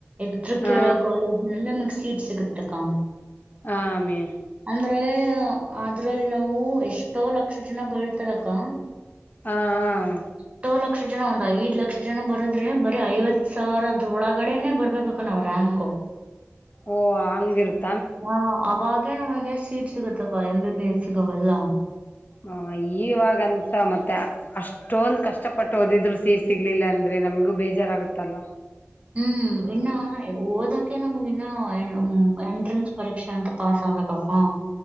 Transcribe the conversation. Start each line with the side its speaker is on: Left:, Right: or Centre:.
Right: ಎತ್ರಕ್
Left: ಹಾ
Right: ಇರೋ ಕಾಲೇಜ್ನಲ್ಲ ನಮಗ್ ಸೀಟ್ ಸಿಗತ್ತಕ್ಕಾ.
Left: ಹಾಮಿ
Right: ಅಂದ್ರೆ ಅದ್ರಲ್ಲಿ ನಾವು ಎಷ್ಟೋ ಲಕ್ಷ ಜನ ಬರಿತಾರಕ್ಕ
Left: ಹಾ ಹಾ ಹಾ
Right: ಎಷ್ಟೋ ಲಕ್ಷ ಜನ ಒಂದ್ ಐದ್ ಲಕ್ಷ ಜನ ಬರದ್ರೆ ಬರೀ ಐವತ್ತು ಸಾವಿರದ ಒಳಗಡೆನೆೇ ಬರ್ಬೇಕಕ್ಕ ನಾವು ರಾಂಕ್.
Left: ಓ ಹಂಗಿರುತ್
Right: ಹಾ ಅವಾಗ ನಮಗೆ ಸೀಟ್ ಸಿಗುತ್ತಕ್ಕ ಅಂದ್ರೆ <unintelligible> ಇದಾವಲ್ಲ.
Left: ಹಾ ಈವಾಗಂತ ಮತ್ತೆ ಅಷ್ಟೊಂದ್ ಕಷ್ಟಪಟ್ ಓದಿದ್ರು ಸೀಟ್ ಸಿಗ್ಲಿಲ್ಲ ಅಂದ್ರೆ ನಮ್ಗೂ ಬೇಜಾರಾಗುತ್ತಲ್ಲ.
Right: ಹ್ಮ್ ಇನ್ನ ಓದಕ್ಕೆ ನಮಗ ಇನ್ನ ಮ್ಮ್ ಎಂಟ್ರನ್ಸ್ ಪರೀಕ್ಷೆ ಅಂತ ಪಾಸ್ ಆಗಬೇಕಪಾ.